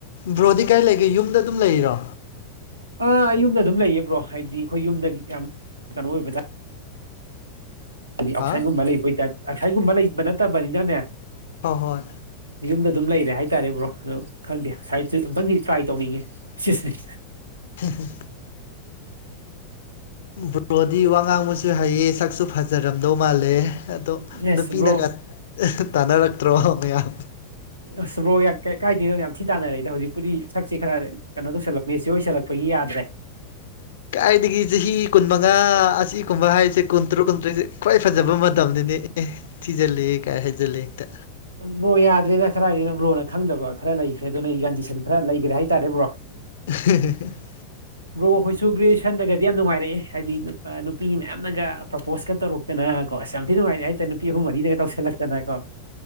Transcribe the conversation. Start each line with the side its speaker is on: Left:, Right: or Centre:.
Left: ꯕ꯭ꯔꯣꯗꯤ ꯀꯥꯏ ꯂꯩꯒꯦ ꯌꯨꯝꯗ ꯑꯗꯨꯝ ꯂꯩꯔꯤꯔꯣ꯫
Right: ꯑꯥ ꯌꯨꯝꯗ ꯑꯗꯨꯝ ꯂꯩꯌꯦ ꯕ꯭ꯔꯣ ꯍꯥꯏꯗꯤ ꯑꯩꯈꯣꯏ ꯌꯨꯝꯗ ꯌꯥꯝ ꯀꯩꯅꯣ ꯑꯣꯏꯕ꯫ ꯍꯥꯏꯗꯤ ꯑꯥꯎꯠꯁꯥꯏꯠꯒꯨꯝꯕ
Left: ꯍꯥ
Right: ꯂꯩꯕꯩ ꯑꯣꯏꯇꯥ ꯑꯥꯎꯁꯥꯏꯠꯒꯨꯝꯕ ꯂꯩꯕ ꯅꯠꯇꯕꯅꯤꯅꯅꯦ꯫
Left: ꯍꯣꯏ ꯍꯣꯏ꯫
Right: ꯌꯨꯝꯗ ꯑꯗꯨꯝ ꯂꯩꯔꯦ ꯍꯥꯏꯇꯥꯔꯦ ꯕ꯭ꯔꯣ ꯑꯗꯣ ꯈꯪꯗꯦ ꯁꯥꯏꯠꯆꯤꯛ ꯑꯝꯇꯡꯗꯤ꯫ ꯇ꯭ꯔꯥꯏ ꯇꯧꯅꯤꯡꯉꯤ ꯁꯤꯁꯦ꯫
Left: ꯍ ꯍ꯫ ꯕ꯭ꯔꯣꯗꯤ ꯋꯥ ꯉꯥꯡꯕꯁꯨ ꯍꯩꯌꯦ ꯁꯛꯁꯨ ꯐꯖꯔꯝꯗꯧ ꯃꯥꯜꯂꯦ꯫ ꯑꯗꯣ
Right: ꯌꯦꯁ
Left: ꯅꯨꯄꯤꯅꯒ
Right: ꯕ꯭ꯔꯣ
Left: ꯇꯥꯟꯅꯔꯛꯇ꯭ꯔꯣ ꯃꯌꯥꯝ꯫
Right: ꯑꯁ ꯕ꯭ꯔꯣ ꯌꯥꯛ ꯀ ꯀꯥꯏꯗꯩꯅꯣꯗ ꯌꯥꯝ ꯊꯤ ꯇꯥꯟꯅꯔꯛꯏꯗ ꯍꯧꯖꯤꯛꯄꯨꯗꯤ ꯁꯛꯁꯦ ꯈꯔ꯫ ꯀꯩꯅꯣ ꯇꯧꯁꯜꯂꯛꯄꯒꯤ ꯁꯤꯑꯣꯏꯁꯜꯂꯛꯄꯒꯤ ꯌꯥꯗ꯭ꯔꯦ꯫
Left: ꯀꯥꯏꯗꯒꯤ ꯆꯍꯤ ꯀꯨꯟꯃꯉꯥ ꯑꯁꯤꯒꯨꯝꯕ ꯍꯥꯏꯁꯦ ꯀꯨꯟꯇꯔꯨꯛ ꯀꯨꯟꯇ꯭ꯔꯦꯛꯁꯦ ꯈ꯭ꯋꯥꯏ ꯐꯖꯕ ꯃꯇꯝꯅꯤꯅꯦ ꯑꯦ꯫ ꯊꯤꯖꯜꯂꯦꯍꯦ ꯀꯥꯏ ꯍꯥꯏꯖꯜꯂꯦ ꯍꯦꯛꯇ꯫
Right: ꯕ꯭ꯔꯣ ꯌꯥꯗ꯭ꯔꯦꯗ ꯀꯔꯥꯏꯗꯩꯩꯅꯣ ꯕ꯭ꯔꯣꯅ ꯈꯪꯗꯕ ꯈꯔ ꯂꯩꯈ꯭ꯔꯦ ꯑꯗꯨꯅ ꯌꯥꯟꯗꯤꯁꯟ ꯈꯔ ꯂꯩꯒ꯭ꯔꯦ ꯍꯥꯏꯇꯥꯔꯦ ꯕ꯭ꯔꯣ
Left: <unintelligible>
Right: ꯕ꯭ꯔꯣ ꯑꯩꯈꯣꯏꯁꯨ ꯒ꯭ꯔꯦꯖꯨꯋꯦꯁꯟꯗꯒꯗꯤ ꯌꯥꯝ ꯅꯨꯡꯉꯥꯏꯔꯛꯑꯦ ꯍꯥꯏꯗꯤ ꯅꯨꯄꯥ ꯅꯨꯄꯤ ꯃꯌꯥꯝꯅꯒ ꯄ꯭ꯔꯣꯄꯣꯁꯀꯥ ꯇꯧꯔꯛ ꯇꯅ ꯀꯣ ꯑꯁ ꯌꯥꯝ ꯊꯤ ꯅꯨꯡꯉꯥꯏꯔꯛꯑꯦ ꯍꯥꯏꯇꯥꯔꯦ ꯅꯨꯄꯤ ꯑꯍꯨꯝ ꯃꯔꯤꯅꯒ ꯇꯧꯁꯤꯜꯂꯛꯇꯅ ꯀꯣ